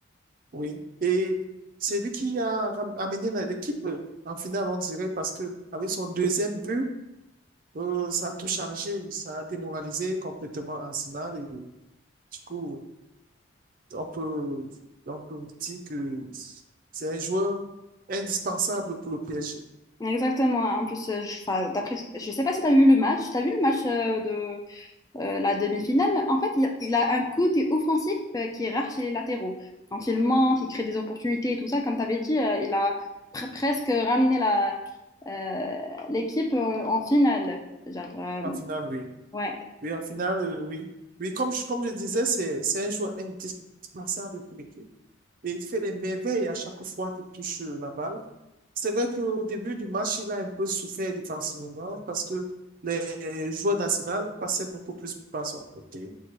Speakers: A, on the right; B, on the left.
A: Oui, et c'est lui qui a ram- amené la- l'équipe en finale, on dirait, parce que avec son deuxième but, Euh, ça a tout changé, ça a démoralisé complètement Arsenal et du coup, on peut, on peut dire que c'est un joueur indispensable pour le PSG.
B: Exactement. En plus, euh, je, enfin, d'après, je sais pas si t'as vu le match. T'as vu le match euh, euh, la demi-finale, en fait, il, il a un côté offensif euh, qui est rare chez les latéraux. Quand il monte, il crée des opportunités et tout ça, comme tu avais dit, euh, il a pre- presque ramené la, euh, l'équipe euh, en finale. Genre, euh,
A: En finale, oui.
B: ouais,
A: Oui, en finale, euh, oui. Oui, comme je, comme je disais, c'est, c'est un joueur indispensable pour l'équipe et il fait des merveilles à chaque fois qu'il touche euh, la balle. C'est vrai qu'au début du match, il a un peu souffert défensivement parce que les joueurs d'Arsenal passaient beaucoup plus par son côté.